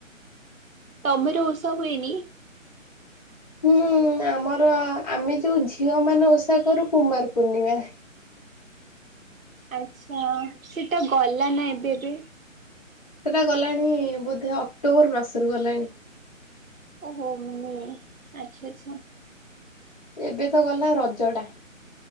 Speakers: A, on the right; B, on the left.
A: ତମର ଓଷା ହୁଏନି?
B: ହୁଁ ଆମର ଆମେ ଯୋଉ ଝିଅ ମାନେ ଓଷା କରୁ କୁମାର ପୂର୍ଣିମା।
A: ଆଛା ସେଟା ଗଲା ନା ଏବେ ଏବେ।
B: ସେଟା ଗଲାଣି-ଇ-ଇ-ଇ ବୋଧେ ଅକ୍ଟୋବର ମାସରୁ ଗଲାଣି।
A: ଓହୋ ମାନେ ଆଚ୍ଛା ଆଛା।
B: ଏବେ ତ ଗଲା ରଜ ଟା।